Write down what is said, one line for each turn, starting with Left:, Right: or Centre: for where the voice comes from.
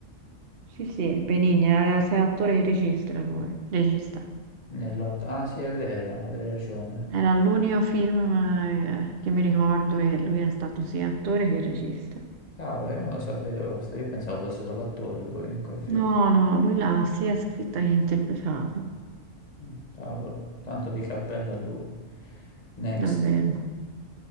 Right: Sì, sì, Benigni, era sei attore e regista lui, regista.
Left: Nell'otto. Ah, sì, è vero, avevi ragione.
Right: Era l'unico film eh, che mi ricordo e lui è stato sia attore che regista.
Left: Cavolo, io non lo sapevo. sto- Io pensavo fosse solo attore lui in quel film.
Right: No, no, lui l'ha sia scritta che interpretata,
Left: Mm, Cavolo, tanto di cappello a lui. Next,
Right: davvero.